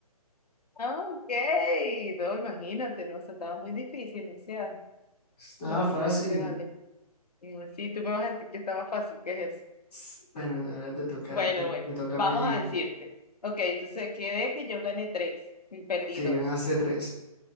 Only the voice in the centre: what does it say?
Estaba
fácil.
S- Bueno, ahora te toca,
me
me toca
a mí adivinar.
Sí,
ganaste tres.